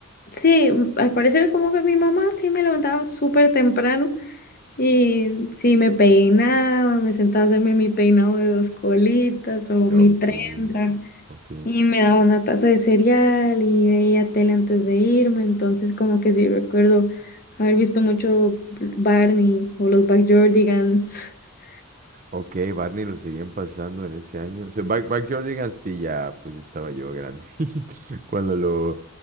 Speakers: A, on the left; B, on the right.
A: Sí, al parecer como que mi mamá sí me levantaba súper temprano Y sí, me peinaba, me sentaba a hacerme mi peinado de dos colitas o
B: Ok,
A: mi trenza.
B: ok.
A: Y me daba una taza de cereal y veía tele antes de irme. Entonces, como que sí recuerdo haber visto mucho Barney o los Backyardigans. <laughs>
B: Ok, Barney lo seguían pasando en ese año. O sea, Back, Backyardigans sí, ya, pues ya estaba yo grande. <laughs> Cuando lo,